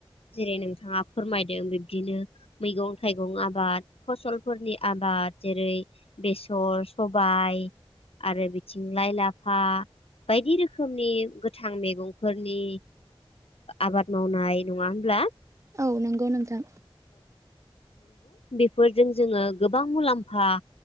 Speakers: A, on the left (about 85°); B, on the right (about 30°).
A: जेरै नोंथाङा फोरमायदों बिब्दिनो मैगं थाइगं आबाद फसलफोरनि आबाद जेरै बेसर सबाय आरो बिथिं लाइ लाफा बायदि रोखोमनि। नि गोथां मैगंफोरनि आबाद मावनाय नङा होनोमब्ला।
B: औ नंगौ नोंथां।
A: फोरजों जोङो गोबां मुलाम्फा